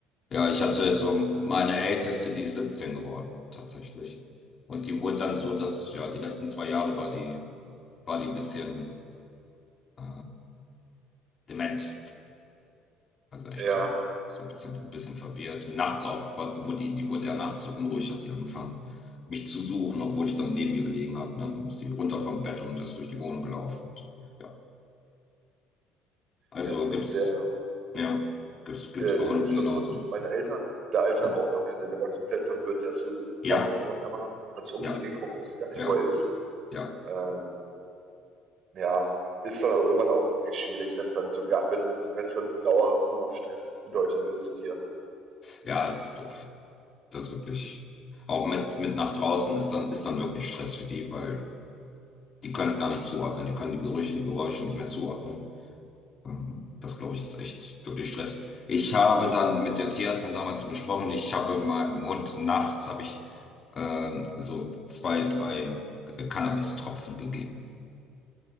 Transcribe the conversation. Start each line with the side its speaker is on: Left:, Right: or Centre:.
Left: Ja, ich hatte so meine Älteste, die ist 17 geworden, tatsächlich. Und die wurde dann so, dass ja die letzten zwei Jahre war die, war die ein bisschen äh, dement. Also echt
Right: ja,
Left: so, so ein bisschen, ein bisschen verwirrt. Nachts auf, wurde die, die wurde ja nachts so unruhig, hat sie angefangen, mich zu suchen, obwohl ich dann neben ihr gelegen habe. Ne? Dann ist sie runter vom Bett und ist durch die Wohnung gelaufen. Und, ja. Also
Right: ja, das
Left: gibt's,
Right: hatte der,
Left: ja, gibt's, gibt's
Right: der
Left: bei Hunden
Right: Tierschutzhund,
Left: genauso.
Right: meine Eltern, der Alte
Left: Hm.
Right: auch am Ende, der war komplett verwirrt, der ist so
Left: Ja,
Right: aufgesprungen auf einmal, hat so um
Left: ja,
Right: sich geguckt, wusste gar nicht,
Left: ja,
Right: wo er ist.
Left: ja.
Right: Äh, ja, ist dann aber irgendwann auch wirklich schwierig, wenn es dann sogar, wenn, wenn es dann dauerhaft nur noch Stress bedeutet für das Tier.
Left: Ja, es ist doof. Das ist wirklich. Auch mit, mit nach draußen ist dann, ist dann wirklich Stress für die, weil die können es gar nicht zuordnen. Die können die Gerüche, die Geräusche nicht mehr zuordnen. Ähm, Das, glaube ich, ist echt wirklich Stress. Ich habe dann mit der Tierärztin damals so besprochen, ich habe meinem Hund nachts, habe ich ähm, so zwei, drei Cannabis-Tropfen gegeben